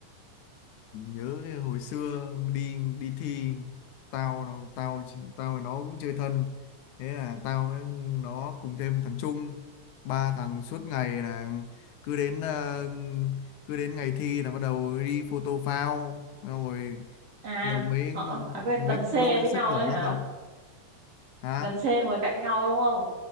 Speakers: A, on the left; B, on the right.
A: nhớ cái hồi xưa đi đi thi tao tao tao với nó cũng chơi thân thế là tao với nó cùng thêm thằng Trung ba thằng suốt ngày là cứ đến ờ, cứ đến ngày thi là bắt đầu đi photo phao xong rồi
B: à
A: đầu mới
B: họ à quên
A: mới
B: Vân Xê
A: lôi
B: với
A: sách
B: nhau
A: vở
B: đấy hả
A: ra học hả
B: Vân Xê ngồi cạnh nhau đúng không